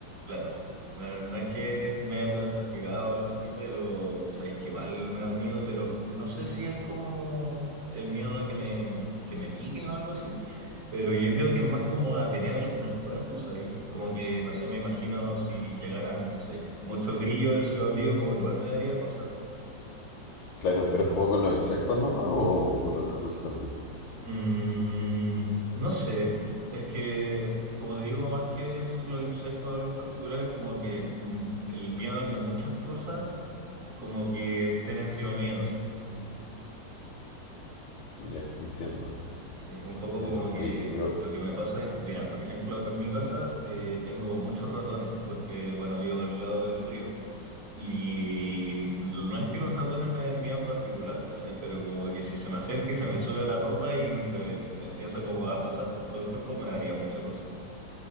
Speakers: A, on the right; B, on the left.
A: Claro, no, no es que me hayan diagnosticado o algo así, pero sabéis que igual me da miedo, pero no sé si es como el miedo a que me, que me piquen o algo así, pero yo creo que es más como a tener algo en el cuerpo, ¿sabéis? Como que, no sé, me imagino si llegaran, no sé, muchos grillos encima mío, como que igual me daría cosas.
B: Claro, pero es como con los insectos nomás o con otras cosas también.
A: Mm, no sé, es que, como te digo, más que los insectos o algo en particular, es como que mm, el miedo a que muchas cosas como que estén encima mía, no sé.
B: Ya, entiendo,
A: Sí, un poco
B: entiendo.
A: como que
B: Oye, pero
A: lo que me pasa es, mira, por ejemplo, acá en mi casa eh, tengo muchos ratones, porque, bueno, vivo al lado del río. Y no es que los ratones me den miedo en particular, ¿cachai? Pero como que si se me acerca y se me sube a la ropa y se me empieza como a pasar por todo el cuerpo, me daría mucha cosa.